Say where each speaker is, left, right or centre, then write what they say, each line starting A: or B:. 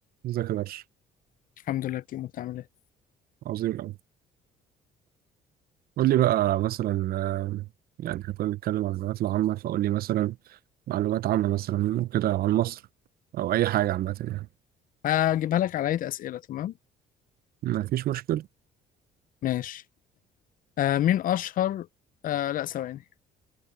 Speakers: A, on the right; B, on the left.
A: ازيك يا درش
B: الحمد لله كيمو بتعمل ايه
A: عظيم أوي قول لي بقى مثلا آه، يعني احنا كنا بنتكلم عن المعلومات العامة فقول لي مثلا معلومات عامة مثلا كده عن مصر أو أي حاجة عامة يعني
B: هجيبها لك على هيئة أسئلة تمام
A: ما فيش مشكلة
B: ماشي آه مين أشهر آه لا ثواني